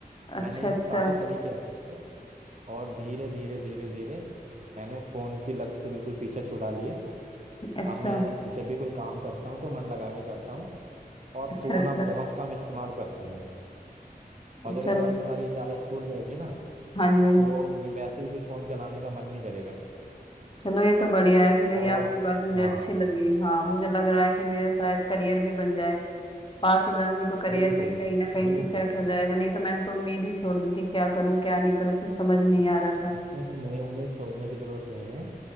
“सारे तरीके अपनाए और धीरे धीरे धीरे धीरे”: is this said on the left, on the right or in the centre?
Right